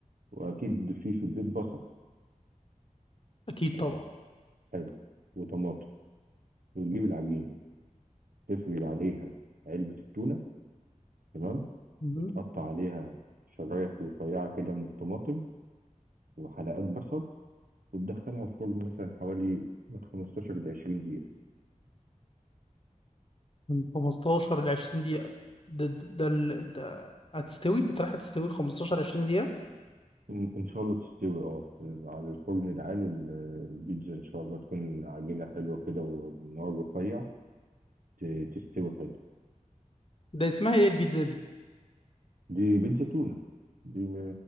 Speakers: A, on the right (about 85°); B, on the left (about 40°).
A: واكيد في في البيت بصل
B: اكيد
A: يعني
B: طبعا
A: حلو وطماطم وتجيب العجينه تفرد عليها علبه التونه تمام
B: مم.
A: وتقطع عليها شرايح رفيعه كده من الطماطم وحلقات بصل وتدخلها الفرن مثلا حوالي من 15 ل 20 دقيقه
B: من 15 ل 20 دقيقة ده ده ده ال- ده هتستوي هتروح هتستوي 15 20 دقيقة
A: إن إن شاء الله تستوي أه على الفرن العالي ال- البيتزا إن شاء الله تكون عجينة حلوة كده والنار رفيع ت- تستوي حلو
B: ده اسمها ايه البيتزا دي
A: دي بيتزا تونة دي م-